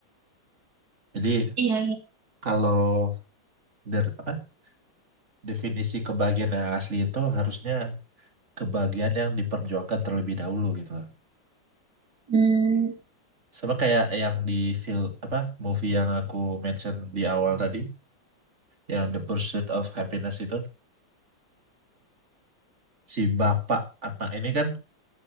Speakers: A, on the right; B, on the right.
A: jadi
B: iya iya
A: Kalau der, apa, definisi kebahagiaan yang asli itu harusnya kebahagiaan yang diperjuangkan terlebih dahulu gitu loh.
B: hmm,
A: Sama kayak yang di film apa movie yang aku mention di awal tadi, yang The Pursuit of Happiness itu, si bapak anak ini kan